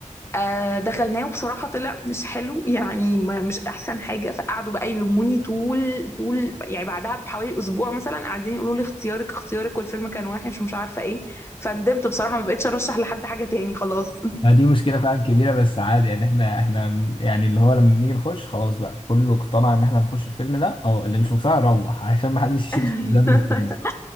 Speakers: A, on the left; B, on the left.
A: آه، دخلناه وبصراحة طلع مش حلو يعني ما- مش أحسن حاجة فقعدوا بقى يلوموني طول طول يعني بعدها بحوالي أسبوع مثلا قاعدين يقولوا لي اختيارك اختيارك والفيلم كان وحش ومش عارفة إيه فندمت بصراحة ما بقتش أرشح لحد حاجة تاني خلاص
B: ما دي مشكلة فعلا كبيرة بس عادي يعني احنا احنا م- يعني اللي هو لما بنيجي نخش خلاص بقى كله اقتنع ان احنا نخش الفيلم ده او اللي مش مقتنع يروح عشان ما حدش يشيل
A: <laughs>
B: ذنب التاني